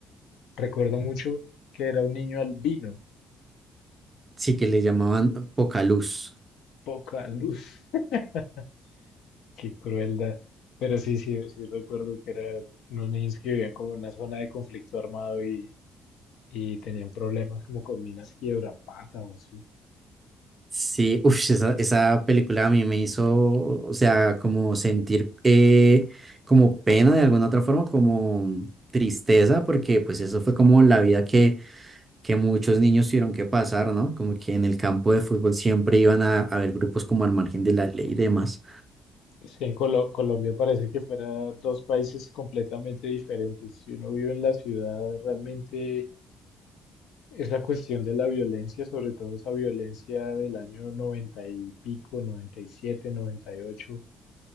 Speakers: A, on the left; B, on the right.
A: recuerdo mucho que era un niño albino.
B: Sí, que le llamaban Poca Luz.
A: poca luz. <laughs> Qué crueldad. Pero sí, sí, sí recuerdo que eran unos niños que vivían como en una zona de conflicto armado y, y tenían problemas como con minas Quiebrapata o así.
B: Sí, uff, esa, esa película a mí me hizo, o sea, como sentir eh, como pena de alguna otra forma, como tristeza, porque pues eso fue como la vida que que muchos niños tuvieron que pasar, ¿no? Como que en el campo de fútbol siempre iban a a haber grupos como al margen de la ley y demás.
A: Es que en Colo- Colombia parece que fuera dos países completamente diferentes. Si uno vive en la ciudad, realmente esa cuestión de la violencia, sobre todo esa violencia del año 90 y pico, noventa noventa y siete noventa y ocho